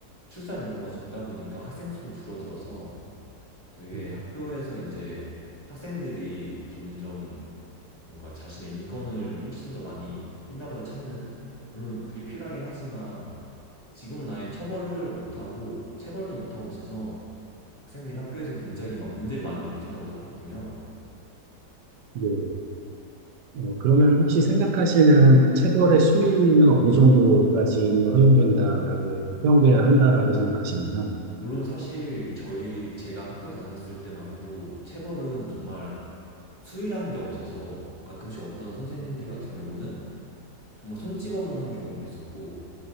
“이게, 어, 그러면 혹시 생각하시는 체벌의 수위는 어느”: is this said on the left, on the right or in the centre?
Right